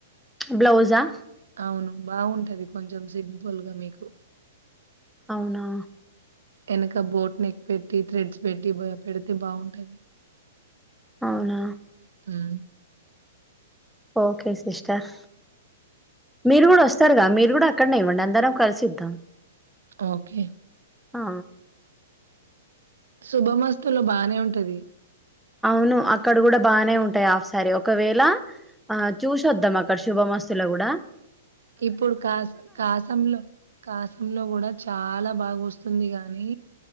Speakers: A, in the centre; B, on the right.
A: బ్లౌజా
B: అవును బాగుంటది కొంచెం సింపుల్గా మీకు
A: అవునా
B: ఎనక బోట్ నెక్ పెట్టి థ్రెడ్స్ పెట్టి పెడితే బావుంటది
A: అవునా
B: ఊమ్
A: ఓకే సిస్టర్ మీరు గూడా వస్తారుగా మీరు గుడా అక్కన్నే ఇవ్వండి అందరం కలిసిద్దం
B: ఓకే
A: ఆ
B: శుభమస్తులో బానే ఉంటది
A: అవును అక్కడ గూడా బానే ఉంటాయి ఆఫ్ శారి ఒకవేళ ఆ చూసొద్దాం అక్కడ శుభ మస్తులో గూడా
B: ఇప్పుడు కాస కాసంలో కాసంలో గుడా చాలా బాగా వస్తుందిగా ని